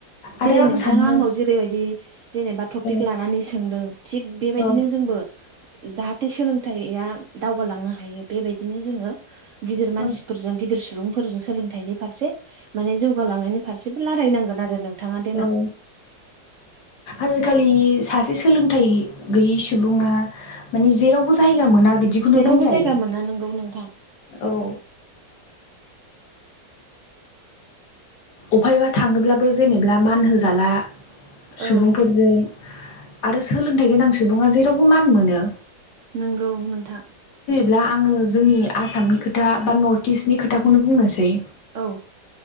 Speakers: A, on the right; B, on the left.
A: जेरै
B: आरो आं
A: नोंथाङा
B: सानो
A: आंनाव जेरै बायदि जेनेबा टपिक
B: औ
A: लानानै सोंदों थिग बेबायदिनो
B: औ
A: जोंबो जाहाथे सोलोंथाइया दावगालांनो हायो बेबायदिनो जोङो गिदिर मानसिफोरजों
B: औ
A: सुबुंफोरजों सोलोंथाइनिस फारसे माने दावगालांनायनि फारसे रायलायनांगोन आरो नोंथाङा देनां
B: औ आजिखालि सासे सोलोंथाइ गैयै सुबुङा माने जेरावबो जायगा मोना बिदिखौनो
A: जेरावबो
B: बुंजायो
A: जायगा मोना नोंगौ नोंथां
B: औ अफायबा थाङोब्लाबो जेनेबा मान होजाला सुबुंफोरजों
A: औ
B: आरो सोलोंथाइ गोनां सुबुङा जेरावबो मान मोनो
A: नंगौ नोंथां
B: दा आङो जोंनि आसामनि खोथा बा नर्थ इस्टनि खोथाखौनो बुंनोसै
A: औ